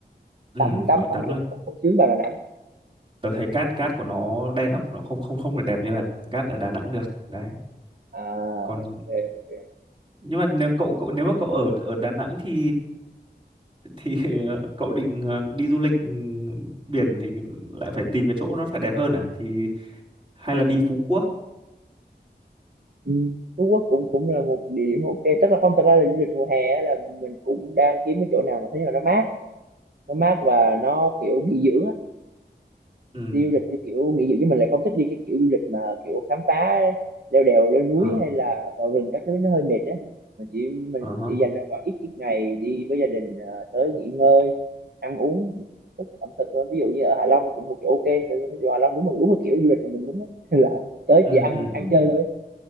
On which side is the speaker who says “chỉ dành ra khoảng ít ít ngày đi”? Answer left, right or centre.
Right